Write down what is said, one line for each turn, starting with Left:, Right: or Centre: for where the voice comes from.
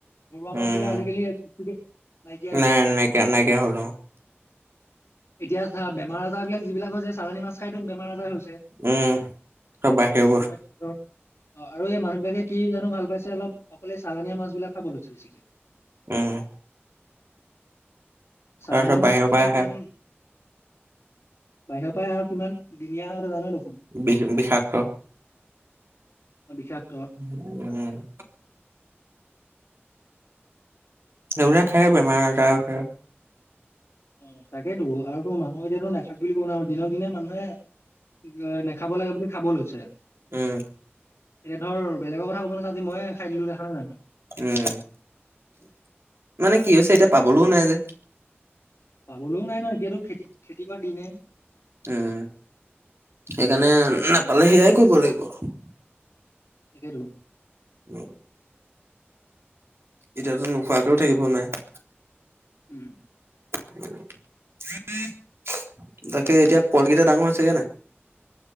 Left: ঘৰুৱা
Right: উম।
Left: মাছ বিলাক আজিকালি <unintelligible> নাইকিয়া হৈছে।
Right: নাই নাইকিয়া নাইকিয়া হ'ল <inaudible>
Left: এতিয়া চা, বেমাৰ-আজাৰ বিলাক যিবিলাক হৈছে চালানী মাছ খাইতো বেমাৰ-আজাৰ হৈছে?
Right: উম। চব বাহিৰৰ বস্তু
Left: মানুহে কি কয় অ, আৰু এই মানুহ বিলাকে কি জানো ভাল পাইছে অলপ, অকল চালানীয়া মাছ বিলাক খাবলৈ লৈছে বেছিকে।
Right: উম,
Left: চালনীয়া
Right: তাৰপিছত
Left: মাছটো
Right: বাহিৰৰ পৰা
Left: যে কিমান
Right: আহে
Left: বাহিৰৰ পৰাই অহা আৰু কিমান দিনীয়া হয় তহ'তে জান দেখোন।
Right: বি বিষাক্ত।
Left: বিষাক্ত।
Right: উম, সেইবিলাক খাই বেমাৰ আজাৰ হৈছে।
Left: উম, তাকেতো আৰু তো মানুহে এতিয়াতো নাখা বুলি ক'ব নোৱাৰে, আৰু দিনক দিনে মানুহে এ নাখাব লাগে বুলি খাব লৈছে।
Right: উম,
Left: এতিয়া ধৰ বেগৰ কথা কব নাযাও, আজি মইয়ে খাই দিলো দেখানাই জানো?
Right: উম, মানে কি হৈছে এতিয়া পাবলৈও নাই যে?
Left: পাবলৈও নাই নহয়, এতিয়াতো খেতি, খেতি কৰা দিনে?
Right: উম, সেইকাৰণে নাপালে সেয়াই কৰিব লাগিব আৰু।
Left: তাকেইতো।
Right: উম, এতিয়াতো নোখোৱাকেও থাকিব নোৱাৰে?
Left: উম,
Right: উম, <unintelligible> তাকে এতিয়া কলকেইটা ডাঙৰ হৈছেগে নাই?